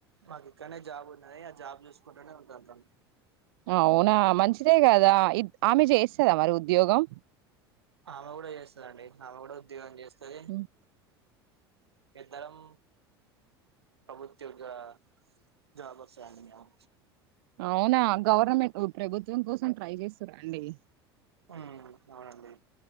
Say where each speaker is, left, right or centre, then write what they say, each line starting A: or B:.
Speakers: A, on the right (about 80°); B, on the right (about 65°).
A: మాకు ఇక్కడనే జాబ్ ఉన్నది జాబ్ చూసుకుంటూనే ఉంటాంటాం
B: అవునా మంచి అంతే కదా ఇ ఆమె చేస్తదా మరి ఉద్యోగం
A: ఆమె కూడా చేస్తందిండి ఆమె కూడా ఉద్యోగం చేస్త స్థాది
B: హ్మ్.
A: ఇద్దరం పప్రభుతవుడ్యోగ జాబ్ఎర్స్ అండిమేము
B: అవునా గవర్నమెంట్ ఓ ప్రభుత్వం కోసం ట్రై చేస్ రండి
A: ఆ అవునండి